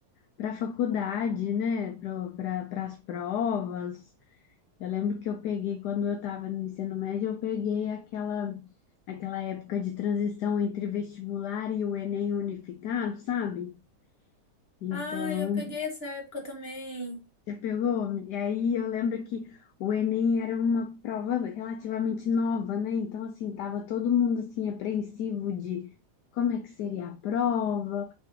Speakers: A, on the left; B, on the left.
A: para faculdade, né? Para as provas. Eu lembro que eu peguei, quando eu estava no ensino médio, eu peguei aquela, aquela época de transição entre vestibular e o Enem unificado, sabe? Então,
B: Ah, eu peguei essa época também.
A: Já pegou? E aí eu lembro que o Enem era uma prova relativamente nova, né? Então, assim, tava todo mundo, assim, apreensivo de como é que seria a prova,